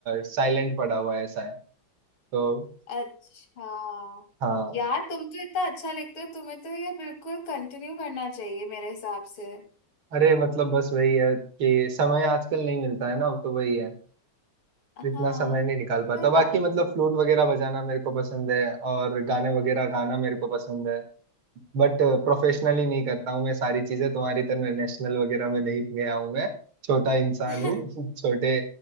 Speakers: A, on the right; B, on the left.
A: साइलेंट पड़ा हुआ है ऐसा है तो
B: अच्छा
A: हाँ
B: यार तुम तो इतना अच्छा लिखते हो तुम्हें तो ये बिल्कुल कंटिन्यू करना चाहिए मेरे हिसाब से
A: अरे मतलब बस वही है कि समय आजकल नहीं मिलता है ना तो वही है इतना
B: हाँ
A: समय नहीं निकाल पाता
B: कोई
A: बाकी
B: बात
A: मतलब
B: नहीं
A: फ्लूट वगैरह बजाना मेरे को पसंद है और गाने वगैरह गाना मेरे को पसंद है बट प्रोफेशनली नहीं करता हूँ मैं सारी चीजें तुम्हारी तरह नेशनल वगैरह में नहीं गया हूँ मैं छोटा इंसान
B: <laughs>
A: हूँ <laughs> छोटे